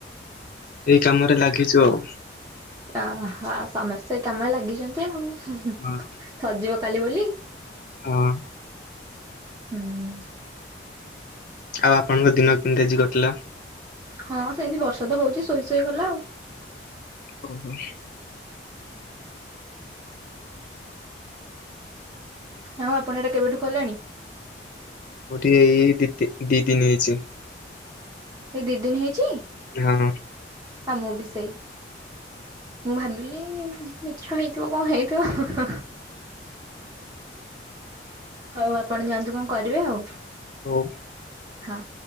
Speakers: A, on the left (about 50°); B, on the right (about 20°).
A: ଏଇ କାମ ରେ ଲାଗିଛୁ ଆଉ।
B: ଅହ ସମସ୍ତେ କାମ ଲାଗିଛନ୍ତି ଆଉ <unintelligible>
A: ହଁ
B: କାଲି ବୋଲି।
A: ହଁ
B: ହୁଁ
A: ଆଉ ଆପଣଙ୍କ ଦିନ କେମିତି ଆଜି କଟିଲା
B: ହଁ ସେମିତି ବର୍ଷ ତ ହଉଛି ଶୋଇ ଶୋଇଗଲା ଆଉ
A: ଓ ହୋ
B: ହଁ ଆପଣ ଏଟା କେବେଠୁ କଲେଣି
A: ଗୋ ଟିକେ ଏଇ ଦି ଦି ଦିନ ହେଇଛି
B: ଏଇ ଦୁଇ ଦିନ ହେଇଛି
A: ହଁ
B: ହଁ ମୁଁ ବି ସେଇ ମୁଁ ଭାବିଲି ମିଛ ହେଇଥିବ କଣ ହେଇଥିବ। ହଉ ଆପଣ ଯାଆନ୍ତୁ କଣ କରିବେ ଆଉ।
A: ହଉଁ।
B: ହଁ